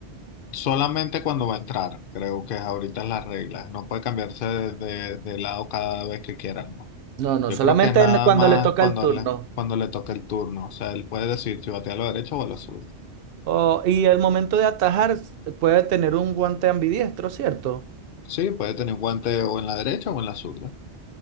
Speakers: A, on the left; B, on the right.
A: Solamente cuando va a entrar, creo que ahorita es las reglas. No puede cambiarse de, de- de lado cada vez que quiera, ¿no?
B: No, no,
A: Yo
B: solamente
A: creo que es nada
B: en- cuando
A: más
B: le toca
A: cuando
B: el turno.
A: le, cuando le toque el turno. O sea, él puede decidir si batea a la derecha o a la zurda.
B: Oh, y el momento de atajar puede tener un guante ambidiestro, ¿cierto?
A: Sí, puede tener un guante o en la derecha o en la zurda.